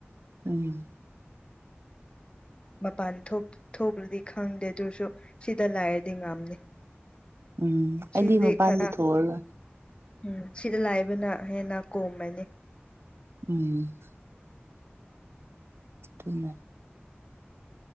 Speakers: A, on the right (about 70°); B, on the left (about 25°).
A: ꯎꯝ
B: ꯃꯄꯥꯟ ꯊꯣꯛ ꯊꯣꯛꯂꯗꯤ ꯈꯪꯗꯦ ꯑꯗꯨꯁꯨ ꯁꯤꯗ ꯂꯩꯔꯗꯤ ꯉꯝꯅꯤ
A: ꯎꯝ
B: ꯁꯤꯗꯤ
A: ꯑꯩꯗꯤ ꯃꯄꯥꯟꯗꯤ
B: ꯈꯔ
A: ꯊꯣꯛꯑꯔꯣꯏ
B: ꯎꯝ ꯁꯤꯗ ꯂꯩꯕꯅ ꯍꯦꯟꯅ ꯀꯣꯝꯃꯅꯤ
A: ꯎꯝ ꯑꯗꯨꯅ